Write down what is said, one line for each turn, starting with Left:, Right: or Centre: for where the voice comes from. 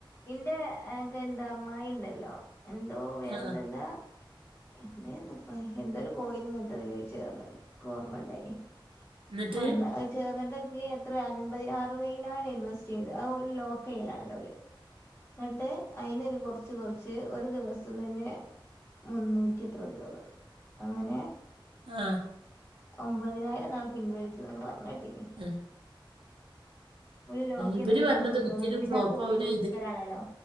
Left: ഇന്റെയെ ക്കെ എന്താ അമ്മായി ഉണ്ടല്ലോ എന്തോ വേറെന്തോ
Right: ആ
Left: എന്താ എന്തേന്ന് ഇപ്പം എന്തൊരു കോയിന് ഇങ്ങനത്തെ അതില് ചേർന്ന്നി ക്ക് ഓർമ്മുണ്ടായിനി
Right: എന്നിട്ട്
Left: മറന്ന് അത് ചേർന്നിട്ട് എത്ര അൻപതി അറുപതിനായിരം ഇൻവെസ്റ്റ് ചെയ്ത് ആ ഒരു <unintelligible> എന്നിട്ട് അയിനൊര് കൊറച്ച് കൊറച്ച് ഒരു ദിവസം തന്നെ മുന്നൂറ്റി എത്രയോ പേർ അങ്ങനെ
Right: ആഹ്
Left: ഒമ്പതിനായിരം ന്നാള് പിൻവലിച്ചതെന്ന് പറഞ്ഞ് കേട്ടീനി
Right: ആ,
Left: ഒര് ലോക്ക് ചെയ്താ
Right: ഇവര്
Left: പിന്നെ
Right: പറഞ്ഞത്
Left: ആർക്കും എടുക്കാൻ
Right: ഒരിക്കലും
Left: കിട്ടുവോ. പിന്നാ
Right: ഫ്ലോപ്പ്
Left: കോയിനെ
Right: ആവില്ല
Left: വിക്കലാണല്ലോ
Right: ഇത്